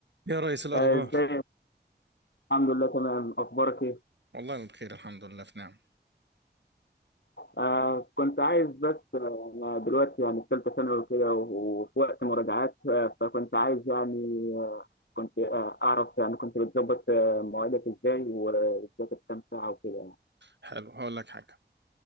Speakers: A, on the right (about 80°); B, on the left (about 80°).
A: يا ريس الأخبار
B: آه، ازيك الحمد لله تمام اخبارك ايه
A: والله بخير الحمد لله في نعم
B: آه كنت عايز بس آه، انا دلوقتي يعني في ثالثه ثانوي وكده و- وفي وقت مراجعات آه فكنت عايز يعني آه كنت آه اعرف يعني كنت بتظبط آه، مواعيدك ازاي وبتذاكر كام ساعه وكده يعني
A: حلو هقول لك حاجة